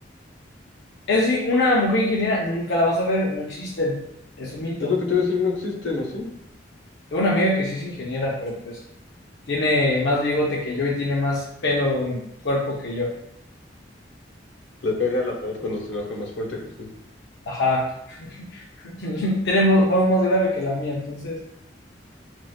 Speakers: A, on the left (about 65°); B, on the left (about 85°).
A: Eso sí, una mujer ingeniera nunca la vas a ver, no existen, es un mito.
B: Es lo que te iba a decir, no existe, ¿no? Sí.
A: Tengo una amiga que sí es ingeniera, pero pues tiene más bigote que yo y tiene más pelo en cuerpo que yo.
B: Le pega a la pared cuando se enoja más fuerte que tú.
A: Ajá. <laughs> Tenemos voz más grave que la mía, entonces.